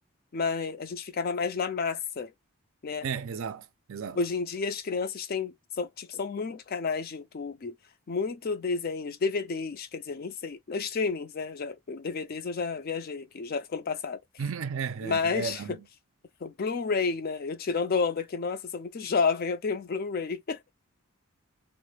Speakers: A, on the left; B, on the right.
A: mais, a gente ficava mais na massa, né?
B: É, exato, exato.
A: Hoje em dia as crianças têm, são, tipo, são muito canais de YouTube, muito desenhos, DVDs, quer dizer, nem sei, não, streamings, né? Já, DVDs eu já viajei aqui, já ficou no passado.
B: <laughs> É,
A: Mas
B: é, já era, né?
A: <laughs> o Blu-ray, né? Eu tirando onda aqui, nossa, eu sou muito jovem, eu tenho um Blu-ray.